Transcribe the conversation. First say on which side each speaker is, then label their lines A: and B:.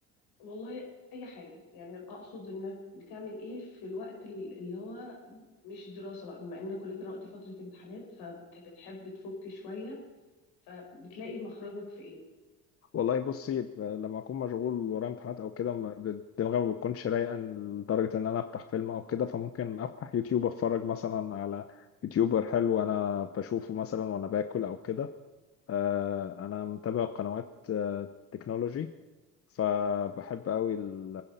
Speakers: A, on the left; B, on the left.
A: والله أي حاجة يعني أقصد إنك بتعمل إيه في الوقت ال- اللي هو مش دراسة بقى بما إننا كلنا دلوقتي فترة امتحانات فبتحب تفك شوية فبتلاقي مخرجك في إيه؟
B: والله بصي ب- لما اكون مشغول ورايا امتحانات او كده ما- ب- دماغي ما بتكونش رايقه لدرجه ان انا افتح فيلم او كده فممكن افتح يوتيوب اتفرج مثلا على يوتيوبر حلو انا بشوفه مثلا وانا باكل او كده آه، انا متابع قنوات آه، تكنولوجي فبحب قوي ال-